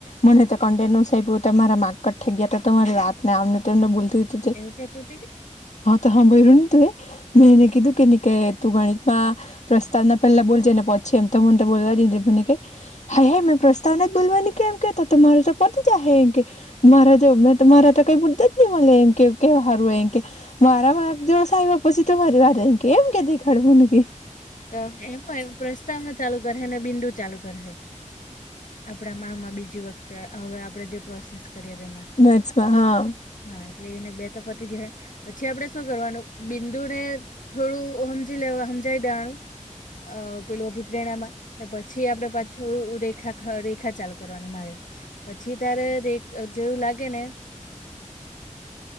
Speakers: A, on the left; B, on the left.
A: મને તો કન્ટે નસ આયપુ તમારા માકટ થઈ ગયા તો તમારી વાત આમને તેમને બોલતી
B: એવું કેતી હતી
A: હા તો હા બોયરુ ને તુંયે મે
B: કે
A: એને કીધું કેની કે તું ગણિતમાં પ્રસ્તાવ ના પહેલા બોલજે ને પછી એમ તો મને બોલવા દેજે મને કે હા હે મેં પ્રસ્તાવના જ બોલવાની કે એમ કે તો તમારું તો પતી જાહે એમ કે મારા જો મે મારા તો કઈ મુદ્દા જ નઈ મળે એમ કે કેવા હારું એમ કે મારા માર્ક જો ઓછા અયવા પછી તમારી વાત એમ કે એમ કેતી ખડ મને કેય
B: ત એમ એ પ્રસ્તાવના ચાલુ કરહે ને બિંદુ ચાલુ કરહે આપડા મામાં બીજી વખતે હવે આપડે જે પ્રોસેસ કરીએ તેમાં
A: મેથ્સ માં હા
B: હા એટલે એને બે તો પતી ગઈ અહે પછી આપડે શું કરવાનું બિંદુ ને થોડું હમજી લેવા હમજાવી દેવાનું અ પેલૂ અભિપ્રેણામાં પછી આપડે પાછું રેખા રેખા ચાલુ કરવાની મારે પછી ત્યારે રેક જેવું લાગે ને